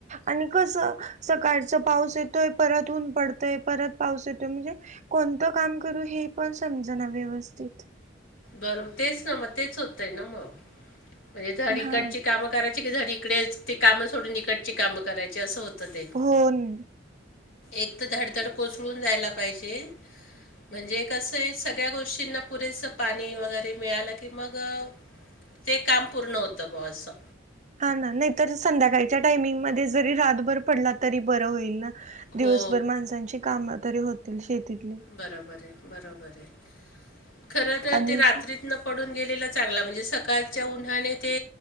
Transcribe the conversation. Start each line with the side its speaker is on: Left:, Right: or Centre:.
Right: आणि कस सकाळच पाऊस येतोय. परत ऊन पडतोय. परत पाऊस येतोय म्हणजे, कोणतं काम करू हे पण समजना व्यवस्थित
Left: बर तेच ना मग तेच होतय ना. मग म्हणजे धड
Right: हा
Left: इकडची कामं कराय ची. धड इकडेच ते काम सोडून. इकडची काम करायचे असं होत ते
Right: हो न.
Left: एक तर धडधड कोसळून जायला पाहिजे. म्हणजे एक कसं आहे सगळ्या गोष्टींना पुरेसं पाणी वगैरे मिळालं की. मग ते काम पूर्ण होतं बऊ असं.
Right: हा ना. नाही तर संध्याकाळच्या टायमिंग मध्ये जरी रातभर पडला तरी बरं होईल ना. दिवसभर
Left: हो
Right: माणसांची कामं तरी होतील. शेतीतली
Left: बरोबर आहे बरोबर आहे. खरं तर
Right: आणि
Left: ते
Right: असं
Left: रात्री न पडून गेलेला चांगला म्हणजे सकाळच्या उन्हाने ते